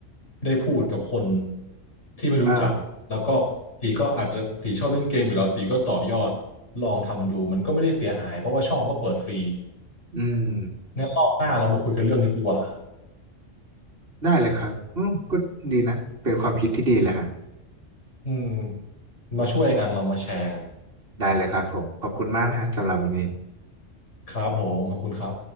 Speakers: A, on the left (about 70°); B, on the right (about 50°).
A: ได้พูดกับคน
B: <laughs>
A: ที่ไม่รู้จักแล้วก็ตีก็อาจจะตีชอบเล่นเกมอยู่แล้วตีก็ต่อยอด
B: เออ
A: ลองทำดูมันก็ไม่ได้เสียหายเพราะว่าช่องก็เปิดฟรี
B: อืม
A: งั้นรอบหน้าเรามาคุยกันเรื่องนี้ดีกว่า
B: ได้เลยครับอืมก็ดีนะเป็นความคิดที่ดีเลยฮะ
A: อืมมาช่วยกันเรามาแชร์กัน
B: ได้เลยครับผมขอบคุณมากนะฮะสำหรับวันนี้
A: ครับผมขอบคุณครับ